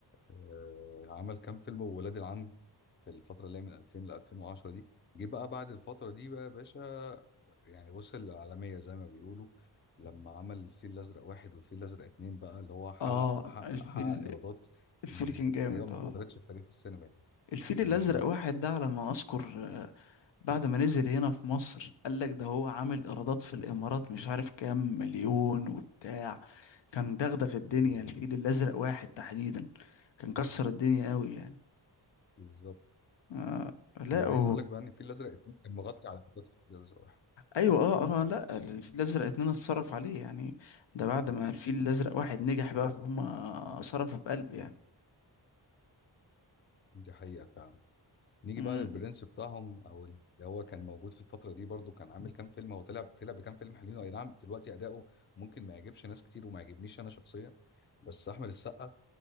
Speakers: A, on the left; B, on the left.
A: آه، عمل كام فيلم وولاد العم في الفترة اللي هي من 2000 ل 2010 دي جه بقى بعد الفترة دي بقى يا باشا يعني وصل للعالمية زي ما بيقولوا لما عمل الفيل الأزرق واحد والفيل الأزرق اتنين بقى اللي هو حقق
B: اه
A: حقق
B: الفيل
A: حقق إيرادات
B: الفيل
A: مم،
B: كان جامد
A: تقريبا ما
B: اه
A: حصلتش في تاريخ السينما يعني
B: الفيل الازرق
A: بالظبط
B: واحد ده على ما اذكر آه، بعد ما نزل هنا في مصر قال لك ده هو عامل ايرادات في الامارات مش عارف كام مليون وبتاع كان دغدغ الدنيا
A: مم،
B: الفيل الازرق واحد تحديدا كان كسر الدنيا قوي يعني
A: بالظبط
B: آه لا
A: طب أنا عايز
B: و...
A: أقول لك بقى إن الفيل الأزرق اتنين كان مغطي على إيرادات الفيل الأزرق واحد
B: ايوه اه اه لا الفيل الازرق اتنين اتصرف عليه يعني ده بعد ما الفيل الازرق واحد نجح بقى فهم صرفوا بقلب
A: دي حقيقة فعلا نيجي
B: يعني
A: بقى للبرنس بتاعهم او اللي هو كان موجود في الفتره دي برضو كان عامل كام فيلم هو طلع طلع بكام فيلم حلوين اي نعم دلوقتي اداؤه ممكن ما يعجبش ناس كتير وما يعجبنيش انا شخصيا بس احمد السقا